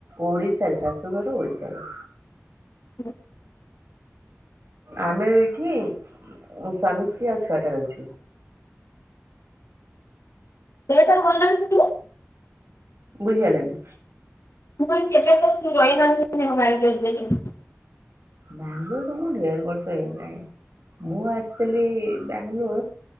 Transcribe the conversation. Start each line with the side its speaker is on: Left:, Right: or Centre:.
Right: ଓଡ଼ିଶା ରେ ସାଶୁ ଘର ଓଡିଶା ରେ।
Left: ହଁ
Right: ଆମେ ଏଇଠି ସ୍ୱାମୀ ସ୍ତ୍ରୀ ଆଉ ଛୁଆଟା ରହିଛୁ।
Left: ସିଏଠାରୁ ଭଣ୍ଡାମି ଶିଖିବେ।
Right: ବୁଝି ହେଲାନି।
Left: ମୁଁ କହିଲି କେବେ ଠାରୁ ରହିଲଣି <unintelligible>
Right: ବାଙ୍ଗୋଲର ତ ମୁଁ ଢେର ବର୍ଷ ହେଇଗଲାଣି ମୁଁ ଆସି। କହିଲି ବାଙ୍ଗଲୋର।